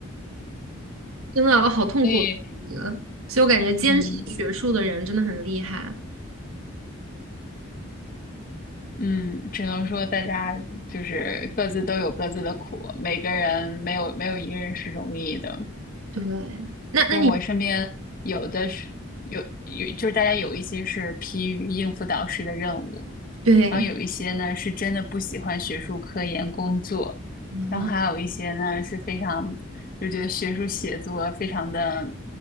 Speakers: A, on the right (about 90°); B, on the left (about 40°).
A: 真的哦好痛苦，
B: 所以，
A: 嗯所以我感觉坚持学术的人真的很厉害。
B: 嗯嗯，只能说大家就是各自都有各自的苦，每个人没有没有一个人是容易的。
A: 对，那那你
B: 就我身边有的是有有，就是大家有一些是疲于应付导师的任务，
A: 对
B: 然后有一些呢是真的不喜欢学术科研工作，
A: 啊，
B: 然后还有一些呢是非常就觉得学术写作非常的